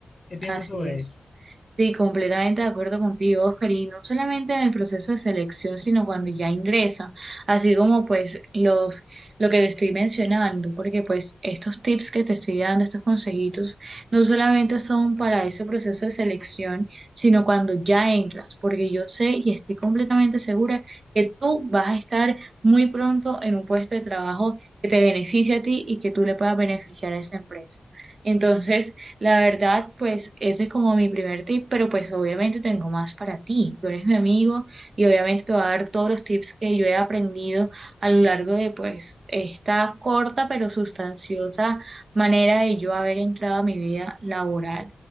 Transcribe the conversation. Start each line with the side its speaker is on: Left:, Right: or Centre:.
Left: ¿Qué piensas
Right: Así
Left: sobre
Right: es.
Left: eso?
Right: Sí, completamente de acuerdo contigo, Oscar, y no solamente en el proceso de selección, sino cuando ya ingresa, así como pues los, lo que te estoy mencionando, porque pues estos tips que te estoy dando, estos consejitos, no solamente son para ese proceso de selección, sino cuando ya entras, porque yo sé y estoy completamente segura que tú vas a estar muy pronto en un puesto de trabajo que te beneficie a ti y que tú le puedas beneficiar a esa empresa. Entonces, la verdad, pues ese es como mi primer tip, pero pues obviamente tengo más para ti. Tú eres mi amigo y obviamente te voy a dar todos los tips que yo he aprendido a lo largo de pues esta corta pero sustanciosa manera de yo haber entrado a mi vida laboral.